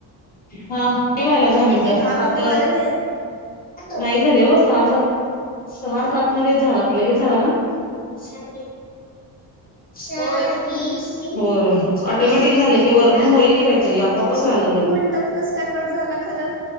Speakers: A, on the left; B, on the right.
A: हा नई वाहिले दहा
B: किती
A: मिनिटं, सात
B: मिनटं झाले नाही
A: नाही झाले हो, सहा सात सहा सात मध्ये झाला लगेच झाला ना, <unintelligible>
B: होय
A: होय ऑटोमॅटिक झाले ते वर्ण होईल, काहीतरी आपापच व्हालय लागलय ते,
B: म्हणतात कसं काय कट झाला खरं,